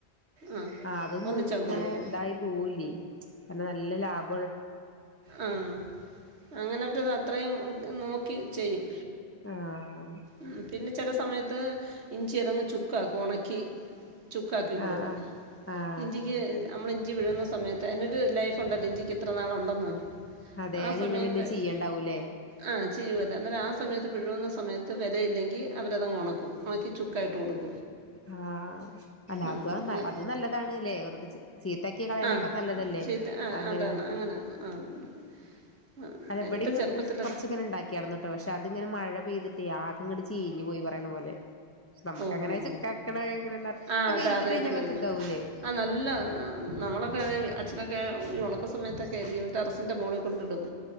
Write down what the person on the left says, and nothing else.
അതൊന്നും
ഇങ്ങനെ
ഇതായി പോവില്ലേ കാരണം നല്ല ലാഭം
ആഹ്
ആഹ് ആഹ് ആഹ്
അതെ
അത്
കഴിഞ്ഞ പിന്നെ ചെയ്യണ്ടാവൂലേ
ആഹ അല്ല
അതും നല്ലതാണ്ല്ലേ വെറതെ ചീത്താക്കിയ കളയണൊക്കെ
നല്ലതല്ലേ
അങ്ങനെ
ഇവിടെ
ഇങ്ങനെ
കൊറച്ചങ്ങനെ ഉണ്ടാക്കിന്നട്ടോ പക്ഷെ അതിങ്ങനെ മഴ പെയ്തിട്ട അങ്ങ് ചീഞ്ഞഞ് പോയി പറയണ പോലെ പക്ഷെ നമ്മക്കങ്ങനെ
ചുക്കാക്കണ എങ്ങനെന്ന
അത്
വെയിലത്തിട്ട്
കഴിഞ്ഞാ അങ്ങനെ ചുക്കാവൂല്ലേ